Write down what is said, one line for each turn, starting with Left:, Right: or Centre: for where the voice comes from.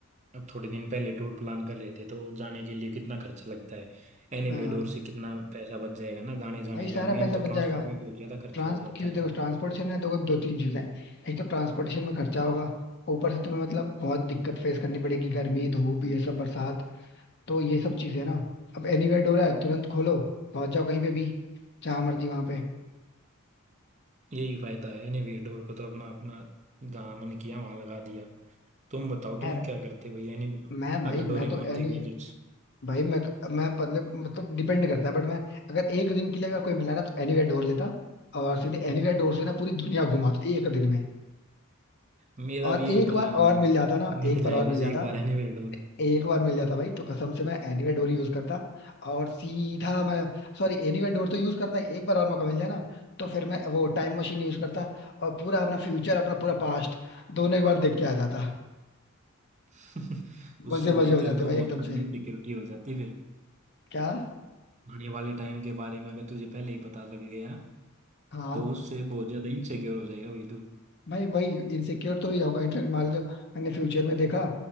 Right: अब थोड़े दिन पहले टूर प्लान कर रहे थे तो जाने के लिए कितना खर्चा लगता है एनीवे
Left: हाँ
Right: डोर से कितना पैसा बच जाएगा ना जाने जाने
Left: भाई सारा
Right: का मेन
Left: पैसा
Right: तो
Left: बच
Right: ट्रांसपोर्ट
Left: जाएगा
Right: में बहुत ज़्यादा खर्चा
Left: ट्रांस
Right: हो जाता
Left: क्यों
Right: है
Left: देखो ट्रांसपोर्टेशन में देखो दो तीन चीजें हैं एक तो ट्रांसपोर्टेशन में खर्चा होगा ऊपर से तुम्हें मतलब बहुत दिक्कत फेस करनी पड़ेगी गर्मी धूप ये सब बरसात तो ये सब चीजें ना अब एनीवेयर डोर है तुरंत खोलो पहुंच जाओ कहीं पे भी जहां मर्जी वहां पे
Right: यही फायदा है एनीवे डोर का तो अपना अपना जहाँ मन किया वहाँ लगा दिया तुम बताओ तुम
Left: है
Right: क्या करते भाई यानी
Left: मैं भाई
Right: अगर डोरेमोन
Left: मैं तो एनी
Right: के गैजेट्स
Left: भाई मैं मैं मतलब मतलब डिपेंड करता है बट मैं अगर एक दिन के लिए अगर कोई मिला ना तो एनीवेयर डोर लेता और सीधे एनीवेयर डोर से ना पूरी दुनिया घुमा एक दिन में
Right: मेरा
Left: और
Right: भी यही
Left: एक
Right: प्लान
Left: बार
Right: है भाई
Left: और मिल जाता ना
Right: मिल
Left: एक बार
Right: जाए
Left: और
Right: बस
Left: मिल जाता
Right: एक बार एनीवेयर डोर
Left: एक बार मिल जाता भाई तो कसम से मैं एनीवेयर डोर यूज करता और सीधा मैं सॉरी एनीवेयर डोर तो यूज करता ही, एक बार और मौका मिल जाए ना तो फिर मैं वो टाइम मशीन यूज करता और पूरा अपना फ्यूचर अपना पूरा पास्ट दोनों एक बार देख के आ जाता
Right: <laughs> उससे
Left: मजे
Right: भाई
Left: मजे हो
Right: तेरे
Left: जाते
Right: को
Left: भाई
Right: बहुत
Left: एकदम
Right: सारी
Left: से
Right: इनसिक्योरिटी हो जाती फिर
Left: क्या
Right: आने वाले टाइम के बारे में अगर तुझे पहले ही पता लग गया
Left: हाँ
Right: तो उससे बहुत ज्यादा इनसिक्योर हो जाएगा भाई तू
Left: भाई वही इनसिक्योर तो ही जाऊंगा इनफेक्ट मान लो मैंने फ्यूचर में देखा